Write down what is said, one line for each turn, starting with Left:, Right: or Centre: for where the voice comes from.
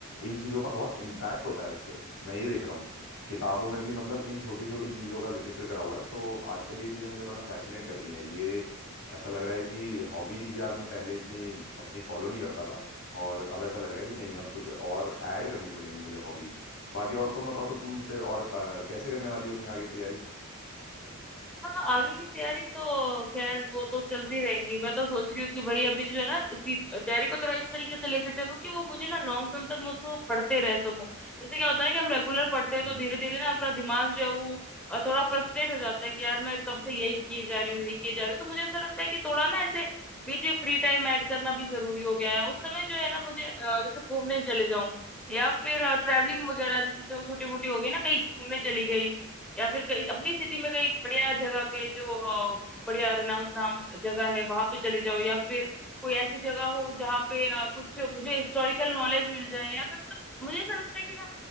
Left: इन चीज़ों का बहुत इम्पैक्ट होता है उस पर मैं ये देख रहा हूँ किताबों में भी मतलब इन छोटी छोटी चीज़ों का जिक्र करा हुआ है तो आजकल ये चीज़ें मुझे बड़ा फैसिनेट कर रही हैं ये ऐसा लग रहा है कि हॉबीज यार मैं पहले इतनी अपनी फॉलो नहीं करता था और अब ऐसा लग रहा है कि नहीं अब कुछ और ऐड करनी पड़ेंगी मुझे हॉबीज बाकी और तुम बताओ तो तुम फिर और अ, कैसे करने वाली हो अपनी आगे तैयारी
Centre: हाँ आगे की तैयारी तो खैर वो तो चलती रहेंगी मैं तो सोच रही हूँ कि भाई अभी जो है ना इसी तैयारी को थोड़ा इस तरीके से लेके चलूँ कि वो मुझे ना लॉन्ग टर्म तक मैं उसको पढ़ते रह सकूँ जैसे क्या होता है ना कि हम रेगुलर पढ़ते हैं
Left: हम्म,
Centre: तो धीरे धीरे ना अपना दिमाग जो है वो अ, थोड़ा फ्रस्ट्रेट हो जाता है कि यार मैं कब से यही किए जा रही हूँ यही किए जा रही हूँ तो मुझे ऐसा लगता है कि थोड़ा ना ऐसे बीच में फ्री टाइम ऐड करना भी जरूरी हो गया है उस समय जो है ना मुझे अ, जैसे घूमने चले जाऊं या फिर ट्रैवलिंग वगैरह जैसे जो छोटी मोटी हो गई ना कहीं घूमने चली गई या फिर कहीं अपनी सिटी में कहीं बढ़िया जगह पे जो अ, बढ़िया रिनाउंस नाम जगह है वहां पे चले जाओ या फिर कोई ऐसी जगह हो जहाँ पे अ, कुछ मुझे हिस्टोरिकल नॉलेज मिल जाए या फिर मतलब मुझे ऐसा लगता है कि ना